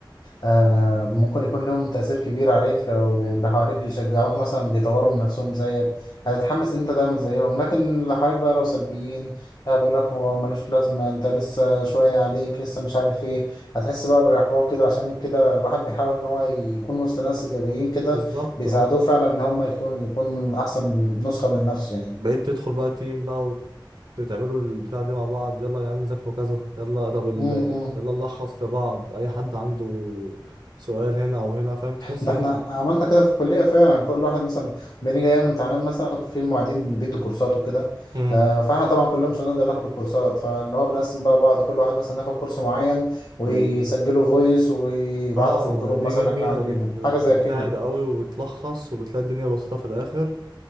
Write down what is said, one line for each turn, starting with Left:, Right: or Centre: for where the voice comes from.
Left: آه ممكن يكون لهم تأثير كبير عليك لو اللي حواليك بيشجعوك مثلا بيطوروا من نفسهم زيك هتتحمس ان انت تعمل زيهم لكن اللي حواليك بقى لو سلبيين آه بيقول لك هو ملوش لازمة انت لسه شوية عليك لسه مش عارف ايه هتحس بقى بالاحباط كده عشان كده الواحد بيحاول ان هو يكون وسط ناس ايجابيين كده
Right: بالظبط
Left: بيساعدوه
Right: اه
Left: فعلا ان هم يكون يكون احسن نسخة من نفسه يعني
Right: بقيت تدخل بقى تيم بقى وتعملوا البتاع دي مع بعض يلا يا عم نذاكروا كذا يلا طب ال...
Left: أمم، أمم.
Right: يلا نلخص لبعض اي حد عنده سؤال هنا او هنا فاهم تحس
Left: ده
Right: ان
Left: احنا عملنا كده في الكلية فعلا كل واحد مثلا بنيجي ايام الامتحانات مثلا في المعيدين بيدوا كورسات وكده
Right: امم
Left: آه، فاحنا طبعا كلنا مش هنقدر ناخد الكورسات فاللي هو بنقسم بقى بعض كل واحد مثلا ياخد كورس معين ويسجله
Right: و...
Left: فويس ويبعته
Right: اه
Left: في الجروب
Right: دي
Left: مثلا
Right: جميلة
Left: اللي احنا عاملينه
Right: دي
Left: حاجة زي
Right: بتساعد
Left: كده
Right: قوي وبتلخص وبتلاقي الدنيا بسيطة في الآخر